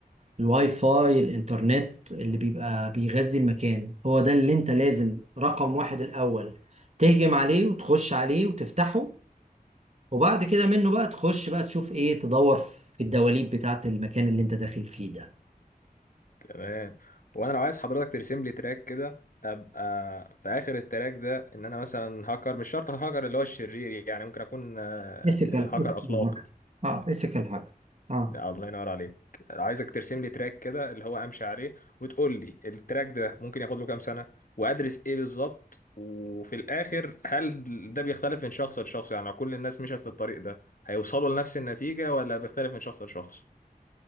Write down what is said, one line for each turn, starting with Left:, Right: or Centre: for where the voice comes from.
Right: الواي فاي الانترنت اللي بيبقى بيغذي المكان هو ده اللي انت لازم رقم واحد الاول تهجم عليه وتخش عليه وتفتحه وبعد كده منه بقى تخش بقى تشوف ايه تدور في الدواليب بتاعة المكان اللي انت داخل فيه ده
Left: تمام وانا لو عايز حضرتك ترسم لي تراك كده ابقى في اخر التراك ده ان انا مثلا هاكر مش شرط هاكر اللي هو الشرير يعني ممكن اكون آه،
Right: فيزيكال فيزيكال
Left: هاكر اخلاقي
Right: هاكر اه فيزيكال هاكر اه
Left: لا الله ينور عليك عايزك ترسم لي تراك كده اللي هو امشي عليه وتقول لي التراك ده ممكن ياخد له كام سنة وادرس ايه بالظبط وفي الاخر هل ده بيختلف من شخص لشخص يعني لو كل الناس مشت في الطريق ده هيوصلوا لنفس النتيجة ولا بيختلف من شخص لشخص